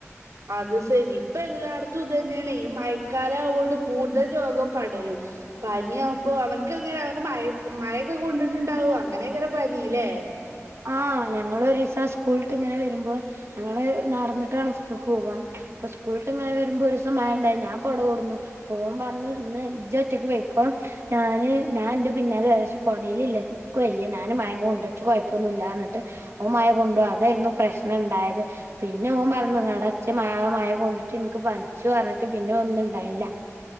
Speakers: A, on the right; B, on the right.
A: അത് സെരി ഇപ്പ എല്ലാട്ത്തും ഇതന്നേണെയ് മഴക്കാലാവോണ്ട് കൂടുതൽ രോഗം പടരും പനി ആവുമ്പോ അവനക്ക്ങ്ങനെ അവന് മ മഴൊക്കെ കൊണ്ടിട്ടുണ്ടാവും അങ്ങനെകാരം പനില്ലേ
B: ആഹ ഞങ്ങള് ഒരീസം സ്കൂള്ട്ട്ങ്ങനെ വരുമ്പോ ഞങ്ങള് നടന്നിട്ടാണ് സ്കൂളക്ക് പോവാ അപ്പൊ സ്കൂളിട്ട്ങ്ങനെ വരുമ്പോ ഒരൂസം മഴണ്ടായി ഞാൻ കൊടകൊടുന്നു ഓൻ പറഞ്ഞു ഇന്ന് ജോറ്റക്ക് പെയ്ക്കോ ഞാന് നാൻ അന്റെ പിന്നാലെ വര ക്ഷെ കൊടേൽ ഇല്ല ഇൻക്ക് വയ്യ നാന് മഴ കൊണ്ട് ച്ചുകൊയ പ്പൊന്നുല്ലാർഞ്ഞിട്ട് ഓൻ മഴ കൊണ്ടു അതായിരുന്നു പ്രശ്നംണ്ടായത്. പിന്നെ ഓൻ പറഞ്താട ച്ച് മാ മഴ കൊണ്ടിട്ട് ഇനിക്ക് പനിച്ചു പറഞ്ഞിട്ട് പിന്നെ ഒന്നും ഇണ്ടായില്ല